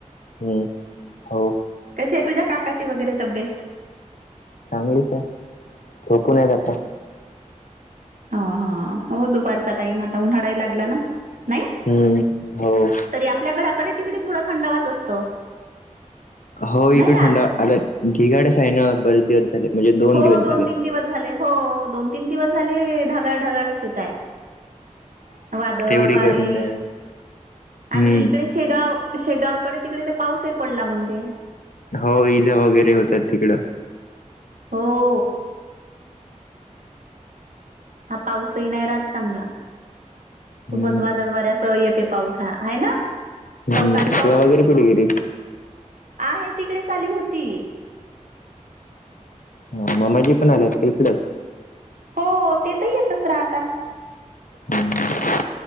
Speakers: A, on the left; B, on the right.
A: हम्म. हो
B: कशी आहे तुझ्या काकाची वगैरे तब्येत?
A: चांगलीच आहे झोपूून आहेत आता.
B: ह हा हो दुपारचा टाइम आता उन्हाळा ही लागला ना. नाही
A: हम्म हो.
B: तरी आपल्या घराकडे तिकडी थोडा थंडावाच असतो.
A: हो इकडे
B: नाही राहत
A: थंडा ढिगाडच आहे ना बरेच दिवस झाले. म्हणजे
B: हो
A: दिवस
B: दोन
A: झाले.
B: तीन दिवस झाले हो दोन तीन दिवस झाले ढागाळ-ढगाळ तच येत आहे वादळ,
A: तेवढी
B: वारे
A: गरमी नाही हम्म
B: आणि इकडे शेगाव शेगावकडे तिकडे ते पाऊस ही पडला म्हणते.
A: हो इजा वगैरे होतात तिकडं.
B: हो. हा पाऊसही येणार आहे आज चांगला
A: हम्म
B: खूपच वादळ वाऱ्यासह येते पाऊस. खा हा आहे ना
A: हम्म
B: अवकाळी
A: तुला
B: पाऊस.
A: वगैरे कुठे गेली
B: आहे तिकडेच आली होती.
A: म मामाजी पण आल्यात इकडचं.
B: हो ते तर येतच राहतात.
A: हम्म.